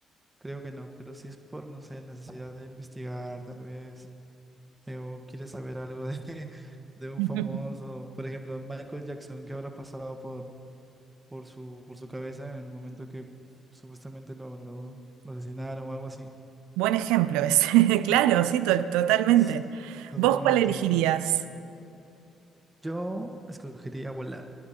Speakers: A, on the right; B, on the right.
A: creo que no, pero si es por, no sé, necesidad de investigar, tal vez, eh, o quieres saber algo de, <laughs> de un
B: <laughs>
A: famoso, por ejemplo, Michael Jackson, ¿qué habrá pasado por, por su, por su cabeza en el momento que supuestamente lo, lo, lo asesinaron o algo así?
B: Buen ejemplo ese. <laughs> Claro,
A: Ujú.
B: sí, to- totalmente.
A: S- Totalmente,
B: ¿Vos cuál elegirías?
A: entonces, yo escogería volar,